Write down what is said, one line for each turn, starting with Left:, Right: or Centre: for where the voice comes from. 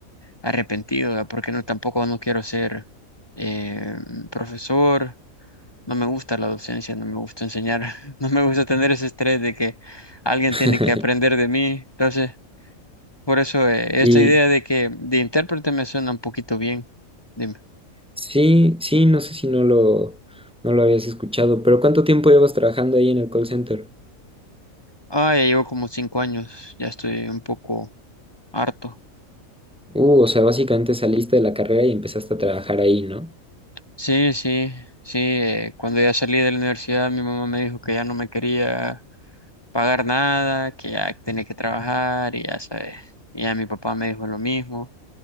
Left: arrepentido, ¿verdad? Porque no, tampoco no quiero ser eh, profesor, no me gusta la docencia, no me gusta enseñar, <laughs> no me gusta tener ese estrés de que alguien
Centre: <laughs>
Left: tiene que aprender de mí, entonces por eso eh,
Centre: y
Left: esta idea de que de intérprete me suena un poquito bien. Dime.
Centre: Sí, sí, no sé si no lo, no lo habías escuchado, pero ¿cuánto tiempo llevas trabajando ahí en el call center?
Left: Ah, ya llevo como cinco años, ya estoy un poco harto.
Centre: Uh, o sea, básicamente saliste de la carrera y empezaste a trabajar ahí, ¿no?
Left: Sí, sí, sí. eh, cuando ya salí de la universidad, mi mamá me dijo que ya no me quería pagar nada, que ya tenía que trabajar y ya sabes. Y ya mi papá me dijo lo mismo.